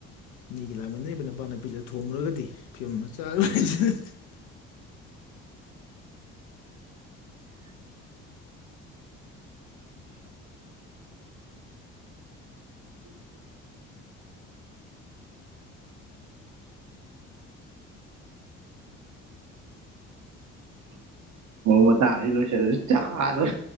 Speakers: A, on the left; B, on the right.
A: ꯃꯤꯒꯤ ꯂꯥꯡꯃꯤꯟꯅꯔꯤꯕ ꯅꯨꯄꯥ ꯅꯨꯄꯤꯗꯨꯗ ꯊꯣꯝꯃꯨꯔꯒꯗꯤ꯫ ꯐꯤꯕꯝ ꯑꯃ ꯆꯥꯔꯣꯢ
B: ꯃꯇꯥꯡ ꯑꯁꯤꯗ ꯂꯣꯢꯁꯤꯜꯂꯁꯤ ꯆꯥꯛ ꯍꯥꯗꯧꯔꯦ